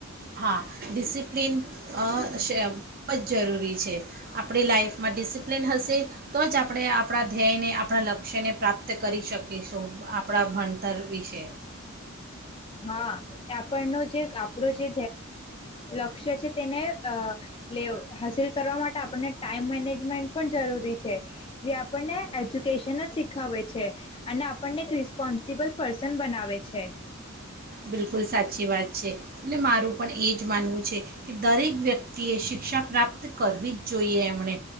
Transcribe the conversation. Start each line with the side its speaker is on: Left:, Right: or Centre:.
Right: હા ડિસિપ્લીન અ ખૂબ જ જરૂરી છે. આપણી લાઈફમાં ડિસિપ્લિન ડિસિપ્લિન હશે તો જ આપણે આપ આપણા ધ્યેયને આપણા લક્ષ્યને પ્રાપ્ત કરી શકે. કરી શકીશું આપણા ભણતર વિશે
Left: હા, એ આપણનો જે આપણો જે લક્ષ્ય છે તેને લે હાસિલ કરવા માટે આપણને ટાઈમ મેનેજમેન્ટ પણ જરૂરી છે, જે આપણને એજ્યુકેશન જ શીખાવે છે, અને આપણને એક રિસ્પોન્સિબલ પર્સન બનાવે છે.
Right: બિલકુલ સાચી વાત છે. છે, એટલે મારું પણ એ જ માનવું છે, કે દરેક વ્યક્તિએ શિક્ષા પ્રાપ્ત કરવી જ જોઈએ એમણે,